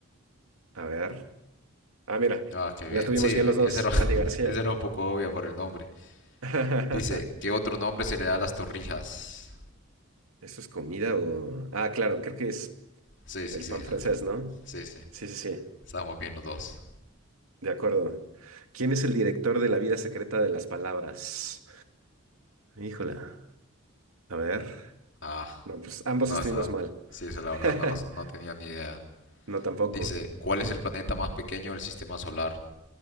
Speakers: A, on the right; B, on the left.
A: a ver. Ah, mira,
B: Ah, qué
A: la
B: bien.
A: tuvimos
B: Sí,
A: bien los dos,
B: esa era, <laughs>
A: Andy García.
B: esa era un poco obvia por el nombre.
A: <laughs>
B: Dice, ¿qué otro nombre se le da a las torrijas?
A: ¿Eso es comida o...? Ah, claro, creo que es
B: Sí, sí,
A: el
B: sí,
A: pan francés, ¿no?
B: sí, sí.
A: Sí, sí, sí,
B: Estamos bien los dos.
A: de acuerdo. ¿Quién es el director de La vida secreta de las palabras? Híjola, a ver.
B: Ah,
A: No, pues ambos
B: no,
A: estuvimos
B: está.
A: mal.
B: Sí, esa la verdad
A: <laughs>
B: no, las- no tenía ni idea.
A: No, tampoco.
B: Dice, ¿cuál es el planeta más pequeño del sistema solar?